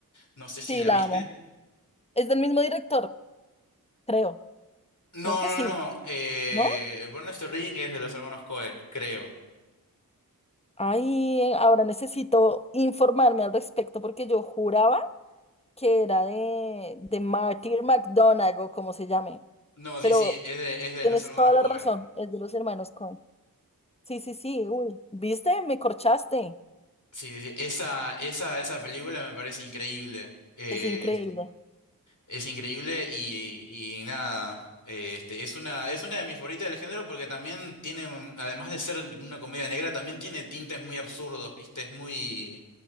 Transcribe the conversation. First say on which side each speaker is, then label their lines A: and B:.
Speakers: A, on the left; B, on the left.
A: no sé si
B: sí,
A: la
B: la
A: viste.
B: amo. Es del mismo director, creo,
A: No,
B: creo que
A: no,
B: sí,
A: no. Eh,
B: ¿no?
A: Burn After Reading es de los hermanos Cohen creo.
B: Ay, ahora necesito informarme al respecto porque yo juraba que era de, de Martyr McDonagh o como se llame,
A: No, sí,
B: pero
A: sí, es de, es de
B: Tienes
A: los hermanos
B: toda
A: Cohen
B: la razón, es de los hermanos Coen. Sí, sí, sí, uy, ¿viste? Me corchaste.
A: Sí, sí, sí. Esa, esa, esa película me parece increíble. Eh,
B: Es increíble.
A: es increíble y, y nada. eh, Este, es una, es una de mis favoritas del género porque también tiene, un- además de ser una comedia negra, también tiene tintes muy absurdos, ¿viste? Es muy,